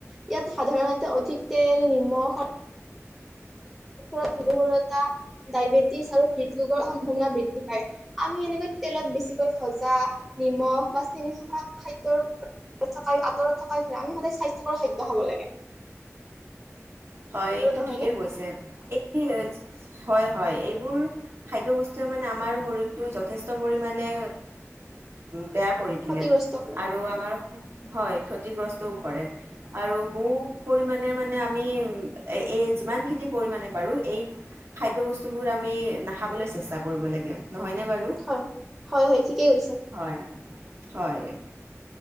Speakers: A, in the centre; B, on the right (about 50°).
A: ইয়াত সাধাৰণতে অধিক তেল নিমখ আৰু ৰত গহুৰতা ডায়বেটিছ আৰু হৃদৰোগৰ সম্ভাৱনা বৃদ্ধি পায় আমি এনেকৈ তেলত বেছিকৈ ভজা নিমখ বা চিনি থকা খাদ্যৰ থ আঁতৰত থকাই ফেৰা আমি সদায় স্বাস্থ্যকৰ খাদ্য খাব লাগে
B: হয়
A: আৰু
B: এইটো
A: নহয়নে
B: ঠিকেই কৈছে এই হয় হয় এইবোৰ খাদ্যই বস্তুৱে মানে আমাৰ শৰীৰটো যথেষ্ট পৰিমানে বেয়া কৰি
A: ক্ষতিগ্ৰস্ত
B: তোলে
A: কৰে
B: আৰু
A: হয়
B: আমাৰ হয় ক্ষতিগ্ৰস্ত কৰে আৰু বহু পৰিমাণে মানে আমি এই যিমানখিনি পৰিমণে পাৰো এই খাদ্যয় বস্তুবোৰ আমি নাখাবলৈ চেষ্টা কৰিব লাগে নহয়নে বাৰু?
A: হয় হয় হয় ঠিকেই কৈছে
B: হয় হয়